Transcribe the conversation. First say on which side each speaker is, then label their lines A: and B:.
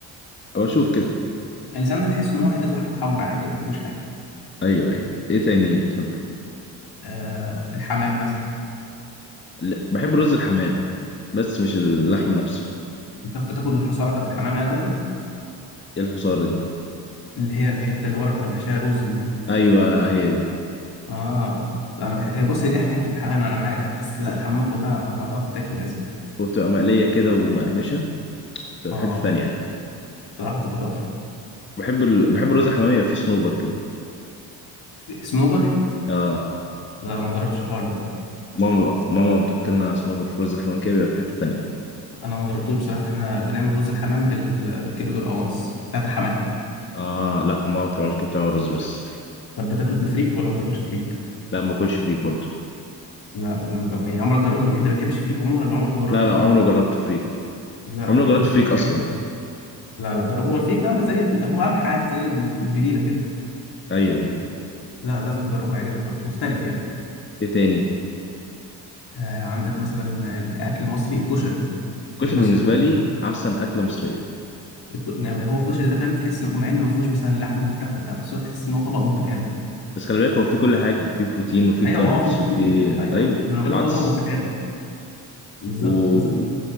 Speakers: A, on the left (about 25°); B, on the left (about 60°).
A: او اشوف كده
B: اللسان ده تحس ان هو حته لحمه حمراء عادي يعني ما فيهوش حاجه
A: ايوه ايوه ايه تاني بتحبه
B: آه، الحمام مثلا
A: لا، بحب رز الحمام بس مش اللحم نفسه
B: بتاخد بتاخد الحصاره بتاعت الحمام يعني قصدك
A: ايه الحصار دي
B: اللي هي الحته اللي ورا بتبقى محشيه رز دي
A: ايوه هي دي
B: اه لا انا بح... هي بص هي دي احلى حته في الحمام انا معاك بس لا
A: وبت-
B: الحمامه كلها على بعضها تتاكل لازم
A: وبتبقى مقليه كده ومقرمشه بتبقى
B: اه
A: في حته ثانيه
B: بصراحه تبقى تحفه
A: بحب ال... بحب الرز الحمام يبقى فيه صنوبر كده
B: سنوبر
A: اه
B: لا ما جربتش الحوار ده
A: ماما ماما بتحط لنا صنوبر في رز الحمام كده بيبقى في حته تانيه
B: انا ما جربتوش بصراحه احنا بنعمل رز الحمام بال... بالكبد والقوانص بتاعت الحمام
A: اه لا ماما ما بتعملش كده بتعمل رز بس
B: طب بتاكله بالفريك ولا ما بتاكلش فريك
A: لا ما باكلش فريك برضو
B: لا انت يعني عمرك جربته انت بتحبش الفريك عموما ولا عمرك ما جربته
A: لا
B: بالفريك
A: لا عمري ما جربت فريك
B: لا
A: عمري
B: جربه
A: ما جربت
B: بالفريك
A: فريك اصلا
B: هيعجبك لا لا جربه هو الفريك ده عامل زي ال... هو قمح عادي زي البليله كده
A: ايوه ايوه
B: لا لازم تجربه هيعجبك برضه مختلف يعني
A: ايه تاني
B: آه عندك مثلا كأكل مصري الكشري
A: الكشري
B: ما جبناش
A: بالنسبة
B: سيرة الكشري
A: لي أحسن أكلة مصرية
B: الك- يعني هو الكشري ده فاهم تحس انه مع انه ما فيهوش مثلا لحمه وفراخ وبتاع بس هو تحس ان هو طبق متكامل
A: بس خلي بالك هو فيه كل حاجة فيه بروتين وفيه
B: ايوه
A: كاربس
B: ما هو فيه بروتين
A: وفيه
B: ايوه
A: أيوه
B: ما انا بقول
A: العدس
B: لك هو طبق متكامل بالظبط
A: و...
B: بالظبط